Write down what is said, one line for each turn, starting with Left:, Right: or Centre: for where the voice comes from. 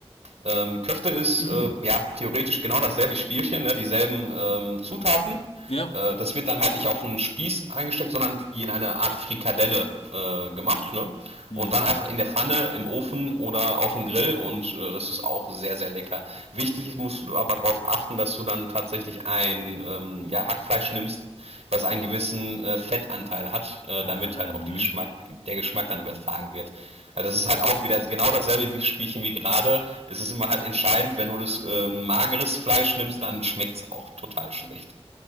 Right: Ähm, Köfte ist
Left: Mhm.
Right: äh, ja theoretisch genau dasselbe Spielchen, ne, dieselben ähm, Zutaten.
Left: Ja.
Right: Äh, das wird dann halt nicht auf einen Spieß eingesteckt, sondern wie in eine Art Frikadelle äh, gemacht. Ne?
Left: Mhm.
Right: Und dann einfach in der Pfanne, im Ofen oder auf dem Grill und äh, das ist auch sehr, sehr lecker. Wichtig ist, musst du aber darauf achten, dass du dann tatsächlich ein ähm, ja, Hackfleisch nimmst, das einen gewissen äh, Fettanteil hat, äh,
Left: Ah,
Right: damit halt
Left: ne.
Right: auch die Geschmack, der Geschmack dann übertragen wird. Also das ist halt auch wieder genau dasselbe wie Spielchen wie gerade. Es ist immer halt entscheidend, wenn du das äh, mageres Fleisch nimmst, dann schmeckt's auch total schlecht.